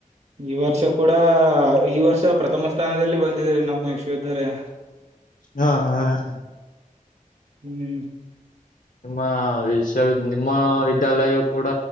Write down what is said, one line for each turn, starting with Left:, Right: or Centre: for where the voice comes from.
Right: ಈ ವರ್ಷ ಕೂಡ ಈ ವರ್ಷ ಪ್ರಥಮ ಸ್ಥಾನದಲ್ಲಿ ಬಂದಿದೆರಿ ನಮ್ಮ ವಿಶ್ವವಿದ್ಯಾಲಯ.
Left: ಹಾ ಹಾ ಹಾ.
Right: ಹ್ಮ್.
Left: ನಿಮ್ಮ ವಿಶ್ವ ನಿಮ್ಮ ವಿದ್ಯಾಲಯವು ಕೂಡ